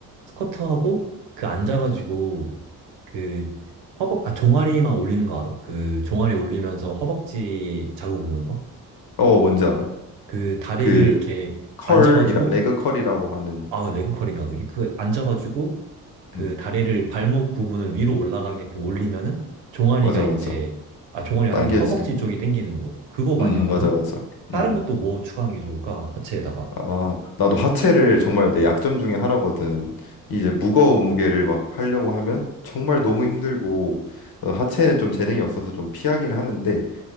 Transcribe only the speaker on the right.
스쿼트하고 그 앉아가지고 그 허벅, 아, 종아리만 올리는 거 알아? 그 종아리 올리면서 허벅지 자국 오는 거?
그 다리를
이렇게
앉아가지고,
아, 레그 컬인가 그게? 그 앉아가지고 그
다리를 발목 부분을 위로 올라가게끔 올리면은 종아리가
이제 아 종아리가
아니라 허벅지 쪽이 당기는 거 그거 많이
하거든.
다른
것도 뭐 추가하는 게 좋을까? 하체에다가.